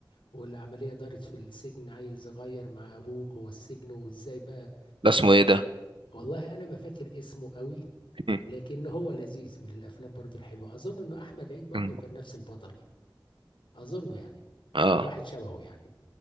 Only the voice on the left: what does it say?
والعمليه دارت في السجن عيل صغير مع ابوه جوه السجن وازاي بقى
والله انا ما فاكر اسمه قوي
لكن هو لذيذ من الافلام برضو الحلوه اظن انه احمد عيد برضو
كان نفس البطل اظنه يعني
او واحد شبهه يعني